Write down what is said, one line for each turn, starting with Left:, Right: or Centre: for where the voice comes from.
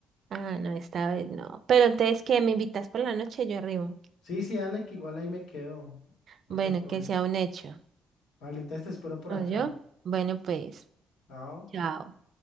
Right: ah, no, esta vez no. Pero entonces, ¿qué? ¿Me invitas por la noche? Yo arribo.
Left: Sí, sí, dale, que igual ahí me quedo, porque
Right: Bueno,
Left: por
Right: que
Left: eso.
Right: sea un hecho.
Left: Vale, entonces te espero por
Right: ¿No
Left: acá.
Right: yo? Bueno, pues,
Left: Chao.
Right: chao.